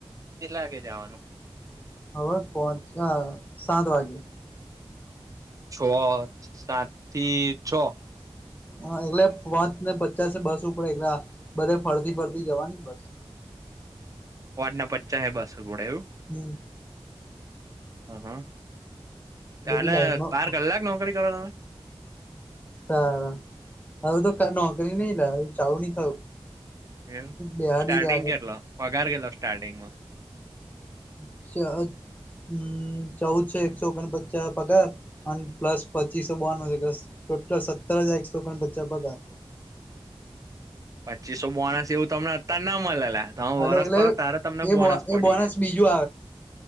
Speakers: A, on the right (about 35°); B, on the left (about 15°).
A: એ લાગે જવાનું <unintelligible>
B: હ પહચ સાત વાગે <unintelligible>
A: છ સાથી છ <unintelligible>
B: હ એગલે વા ને પચાસ બસ ઉપર એકલા બધે ફરતી ફરતી જવાની બસ.
A: વાટના પચા હ બસ પડે એવું.
B: હમ
A: હ હા
B: બધી
A: કલે
B: લાઈનમાં
A: બાર કલાક નોકરી કરો તમે.
B: હા હું તો ક નોકરી નઈ ચાલું નહી થયું.
A: એવ
B: બેહાડી
A: સ્ટાર્ટિંગ
B: જ રાખે
A: કેટલો પગાર કેટલો સ્ટાર્ટિંગમાં.
B: અચ્છા. હમ ચૌદ છેો એકસો ઓગણપચાસ પગાર અને પ્લસ પચીસો બોનુંસસ ટોટલ સત્તર હજાર એકસો કોણ બચ્ચા ભગા.
A: પચીસો બોણસ એવું તમને અતાર ના મળેલા. હ
B: એટલે
A: વરસ
B: એટલે
A: કરો ત્યારે તમને
B: એ
A: બોનસ
B: બો
A: પડી
B: એ બોનસ
A: રે
B: બીજું